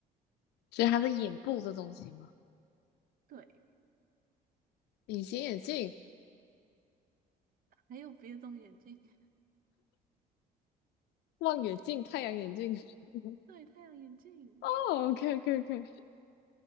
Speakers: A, on the left (about 80°); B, on the right (about 55°).
A: 所以它是眼部这东西吗？
B: 对，
A: 隐形眼镜、
B: 还有别种眼镜，<laughs>
A: 望远镜、太阳眼镜。<laughs>
B: 对，太阳眼镜，
A: 哦，OK，OK，OK，